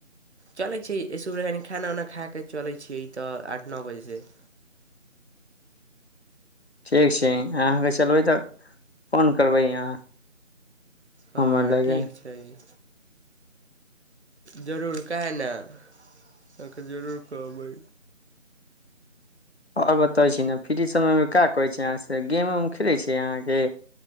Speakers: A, on the right; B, on the left.
A: चलै छै ईसु कनि खाना उना खााकऽ चलै छियै तऽ आठ नअ बजेसँ
B: ठीक छी अहाँके चलबै तऽ फोन करबै अहाँ
A: हाँ
B: हमरा लागे
A: ठीक छै जरूर काहे ने अहाँके जरूर कहबै
B: आओर बतबै छी ने फ्री समयमे का कहै छी अहाँ से गेम उम खेलै छी अहाँके